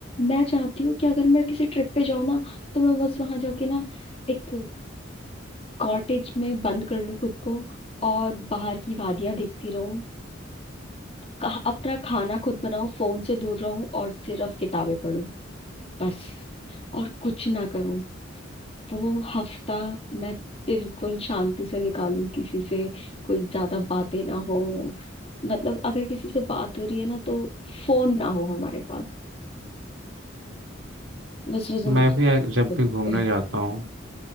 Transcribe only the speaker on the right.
मैं भी
जब
भी घूमने
जाता हूँ